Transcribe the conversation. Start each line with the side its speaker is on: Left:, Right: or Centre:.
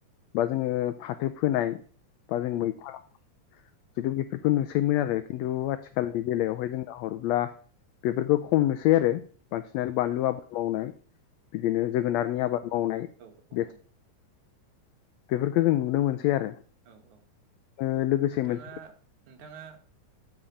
Left: बा जोंङो फा थो फोनाय बा
Right: औ
Left: जों मैथा जिहेथु बेफोरफोरखौ नोंसो सैमोन आरो खिन्थु आथिखालनि बेलायावहाय जों नाहरोब्ला बेफोरखौ खम नुसै आरो बांसिनानो बानलु आबाद मावनाय बिदिनो जोगोनारनि आबाद मावनाय
Right: औ औ
Left: बे
Right: औ
Left: बेफोरखौ जों नुनो मोन सै आरो
Right: औ औ
Left: ओ लोगोसे
Right: नोंथाङा
Left: मोन
Right: नोंथाङा